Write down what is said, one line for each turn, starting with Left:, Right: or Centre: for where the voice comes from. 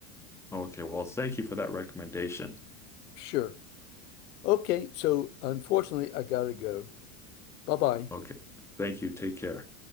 Centre: Okay, well, thank you for that recommendation.
Left: Sure. Okay, so unfortunately, I gotta go. Bye-bye.
Centre: Okay. Thank you. Take care.